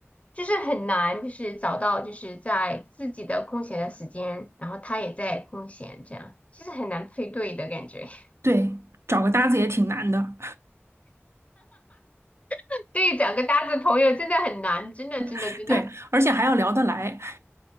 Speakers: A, on the left; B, on the right.
A: 就是很难，就是找到就是在自己的空闲的时间，然后他也在空闲，这样就是很难配对的感觉。
B: 对，找个搭子也挺难的，
A: <laughs> 对，找个搭子朋友真的很难，真的真的真的。
B: <laughs> 对，而且还要聊得来。